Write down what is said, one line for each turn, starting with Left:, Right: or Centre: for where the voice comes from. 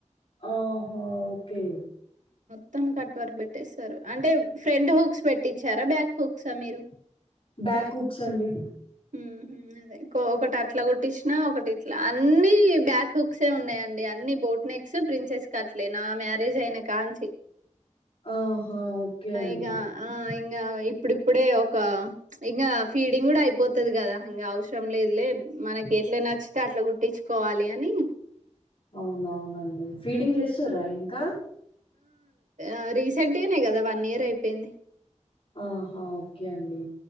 Left: ఆహా ఓకే.
Right: మొత్తం కట్ వర్క్ పెట్టేస్తారు అంటే ఫ్రంట్ హుక్స్ పెట్టించారా బ్యాక్ హుక్సా మీరు?
Left: బ్యాక్ హుక్స్ అండీ.
Right: మ్హు అదే ఒకటి అట్లా కుట్టించినా, ఒకటి ఇట్లా అన్ని బ్యాక్ హుక్సే ఉన్నాయ్. అన్ని బోట్ నెక్స్, ప్రిన్సెస్ కట్లే. నా మ్యారేజ్ అయిన కాంచి.
Left: ఆహా! ఓకే
Right: ఆ
Left: అండి.
Right: ఇగ ఆ ఇంగ ఇంగా ఇప్పుడిప్పుడే ఒక ఇంగా ఫీడింగ్ కూడా అయిపోతు తది కదా ఇంగ అవసరంలేదులే. మనకి ఎట్లా నచ్చితే, అట్లా కుట్టించుకోవాలి అని.
Left: అవునవునండి ఫీడింగ్ చెస్తురా ఇంకా?
Right: ఆ రీసెంట్గానే కదా వన్ ఇయర్ అయిపోయింది.
Left: ఆహా ఓకే అండి.